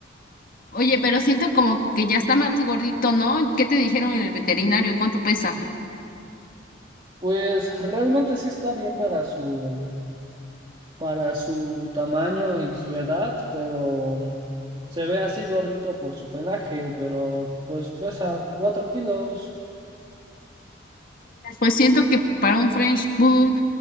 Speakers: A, on the left; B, on the right.
A: Oye, pero siento como que ya está más gordito, ¿no? ¿Qué te dijeron en el veterinario? ¿Cuánto pesa?
B: Pues realmente sí está bien para su, para su tamaño y su edad, pero mm, se ve así gordito por su pelaje, pero pues pesa cuatro kilos.
A: Pues siento que para un French Poodle